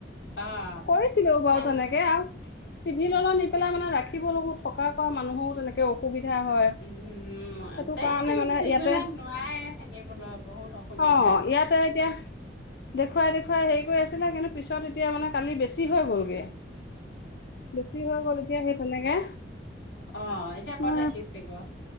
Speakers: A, on the left; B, on the left.
A: অ',
B: কৈছিলো বাৰু
A: তান
B: তেনেকে আৰু চিভিললৈ নি পেলাই মানে ৰাখিব লৈও থকা কৰা মানুহও তেনেকে অসুবিধা হয়
A: উম,
B: সেইটো
A: তেই
B: কাৰণে মানে
A: সেইবিলাক
B: ইয়াতে
A: নোৱাৰে থাকিবলৈ বহুত অসুবিধা।
B: অ', ইয়াতে এতিয়া। দেখুৱাই-দেখুৱাই হেৰি কৰি আছিলে। কিন্তু পিছত এতিয়া মানে কালি বেছি হৈ গ'লগে। বেছি হৈ গ'ল এতিয়া সেই তেনেকে।
A: অ', এতিয়া
B: তোমাৰ
A: ক'ত ৰাখিছে গৈ?